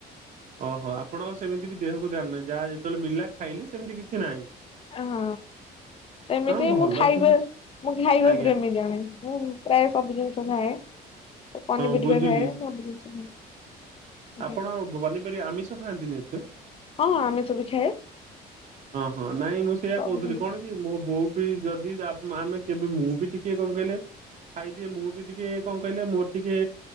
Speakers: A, on the right; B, on the left.
A: ଓହୋ, ଆପଣ ସେମିତି ବି ଦେହକୁ ଧ୍ୟାନ ନାହିଁ। ଯାହା ଯେତେବେଳେ ମିଳିଲା ଖାଇଲେ ସେମିତି କିଛି ନାହିଁ।
B: ଏ ହଁ ସେମିତି
A: ହଁ ଭଲ
B: ମୁଁ ଖାଇବା,
A: ସେମିତି
B: ମୁଁ ଖାଇବା
A: ଆଜ୍ଞା
B: ପ୍ରେମୀ ଜଣେ। ମୁଁ ପ୍ରାୟ ସବୁ ଜିନିଷ ଖାଏ, ତ ପନିପରିବା
A: ହଁ ବୁଝୁଛି
B: ଖାଏ, ସବୁ ଜିନିଷ ଖାଏ। ଆଜ୍ଞା
A: ଆପଣ ପନିପରିବା, ଆମିଷ ଖାଆନ୍ତିନି ଏତେ?
B: ହଁ ଆମିଷ ବି ଖାଏ।
A: ହଁ, ହଁ ନାଇଁ ମୁଁ ସେଇଆ
B: ସବୁ
A: କହୁଥିଲି
B: ଆଜ୍ଞା
A: କଣ କି ମୋ ବୋଉ କି ଯଦି ଯା-ମା-ଆମେ କେବେ ମୁଁ ବି ଟିକେ କଣ କହିଲେ ଖାଇଦିଏ। ମୁଁ ବି ଟିକେ କଣ କହିଲେ ମୋର ଟିକେ